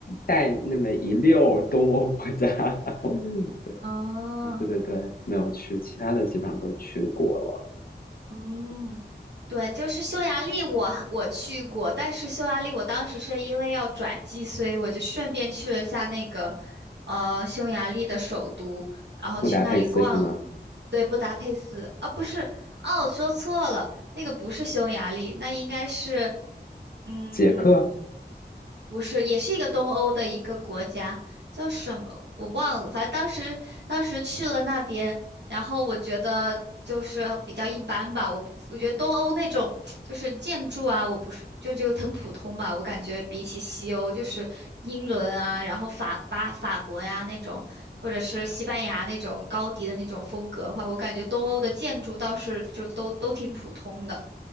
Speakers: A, on the left; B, on the right.
A: 带那么一溜儿东欧国家。<laughs> 嗯
B: 哦。
A: 对对对对，没有去，其他的基本上都去过了。
B: 嗯，对，就是匈牙利我我去过，但是匈牙利我当时是因为要转机，所以我就顺便去了下那个呃匈牙利的首都，然后去那里逛，
A: 布达佩斯是吗？
B: 对，布达佩斯啊，不是，哦，我说错了，那个不是匈牙利，那应该是嗯。
A: 捷克？
B: 不是，也是一个东欧的一个国家，叫什么我忘了。反正当时当时去了那边，然后我觉得就是比较一般吧。我我觉得东欧那种就是建筑啊，我不是就就很普通吧。我感觉比起西欧，就是英伦啊，然后法巴法国呀、那种，或者是西班牙那种高迪的那种风格的话，我感觉东欧的建筑倒是就都都挺普通的。